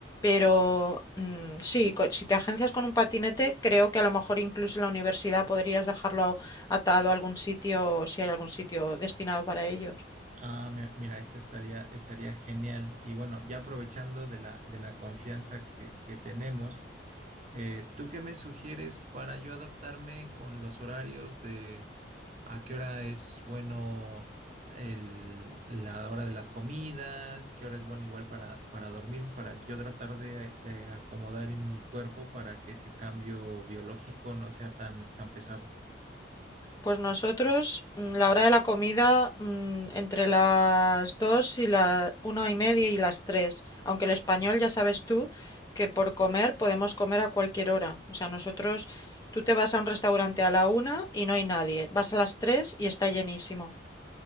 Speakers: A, on the left (about 20°); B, on the right (about 40°).
A: Pero mm, sí, co- si te agencias con un patinete, creo que a lo mejor incluso en la universidad podrías dejarlo atado a algún sitio, si hay algún sitio destinado para ellos.
B: Ah, me- mira, eso estaría, estaría genial. Y bueno, ya aprovechando de la, de la confianza que, que tenemos, eh, ¿tú qué me sugieres para yo adaptarme con los horarios de a qué hora es bueno el- la hora de las comidas, qué hora es bueno igual para, para dormir, para yo tratar de, de acomodar en mi cuerpo para que ese cambio biológico no sea tan, tan pesado?
A: Pues nosotros, mm, la hora de la comida, mm, entre las dos y la una y media y las tres. Aunque el español ya sabes tú que por comer podemos comer a cualquier hora. O sea, nosotros, tú te vas a un restaurante a la una y no hay nadie. Vas a las tres y está llenísimo.